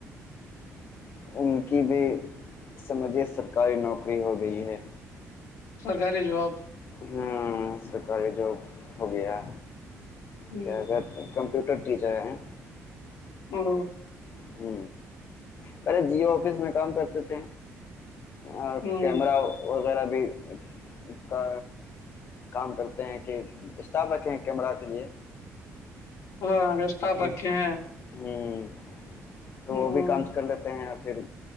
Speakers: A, on the left; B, on the left.
A: ان کی بھی سمجھیے سرکاری نوکری ہو گئی ہے
B: سرکاری جواب
A: ہ سرکاری جاب ہو گیا
B: ہ
A: کیا اگر کمپیوٹر ٹیچر ہیں
B: ہ
A: ہ پہلے جیو آفس میں کام کرتے تھے اور
B: ہوں
A: کیمرہ وغیرہ بھی کا کام کرتے ہیں کہ اسٹاف بچے ہیں کیمرہ کے لیے
B: ہاں اسٹاف
A: ہ
B: رکھے ہیں
A: ہ تو
B: ہ
A: وہ بھی کام کر لیتے ہیں اور پھر